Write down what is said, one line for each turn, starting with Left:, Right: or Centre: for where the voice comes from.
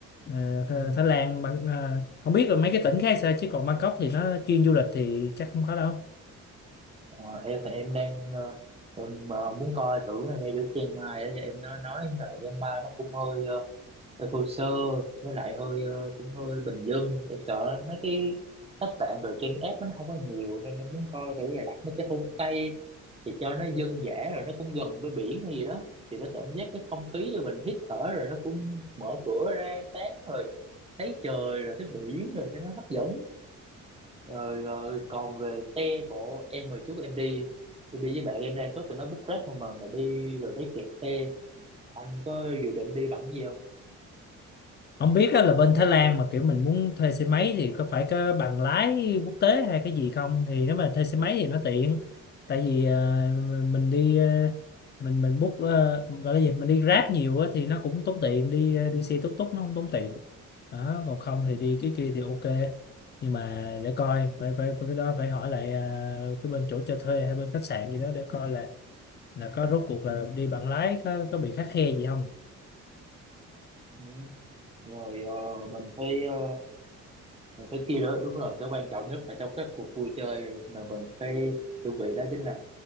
Left: Ờ,
Right: Ừ.
Left: Thái Lan Bang- ờ, không biết là mấy cái tỉnh khác sao chứ còn Bangkok thì nó chuyên du lịch thì chắc không có đâu
Right: Ờ, em thì em đang ờ, em ờ, muốn coi thử ngay chỗ Chiang Mai á em nó nói là Chiang Mai nó cũng hơi ờ, hơi thô sơ với lại hơi ờ, cũng hơi bình dân em sợ mấy cái khách sạn rồi trên app nó không có nhiều nên em muốn coi thử là đặt mấy cái homestay thì cho nó dân dã rồi nó cũng gần với biển hay gì đó thì nó cảm giác cái không khí rồi mình hít thở rồi nó cũng mở cửa ra sáng rồi thấy trời rồi thấy biển rồi cho nó hấp dẫn rồi, rồi còn về xe của em hồi trước em đi em đi với bạn em đa số tụi nó book Grab không mà mà đi rồi thấy kẹt xe anh có dự định đi bằng cái gì không
Left: không biết á, là bên Thái Lan mà kiểu mình muốn thuê xe máy thì có phải có bằng lái quốc tế hay cái gì không thì nếu mà thuê xe máy thì nó tiện tại vì ờ, mình đi ờ, mình mình book ờ, gọi là gì mình đi Grab nhiều á, thì nó cũng tốn tiền đi ờ, đi xe túc túc nó không tốn tiền đó còn không
Right: ừ.
Left: thì đi cái kia thì ok nhưng mà để coi phải phải phải cái đó phải hỏi lại ờ, cái bên chỗ cho thuê hay bên khách sạn gì đó để coi là là có rốt cuộc là đi bằng lái có có bị khắt khe gì không
Right: Ừ. rồi ờ, mình thấy ờ, mình thấy kia đó đúng rồi cái quan trọng nhất mà trong các cuộc vui chơi mà mình phải chuẩn bị đó chính là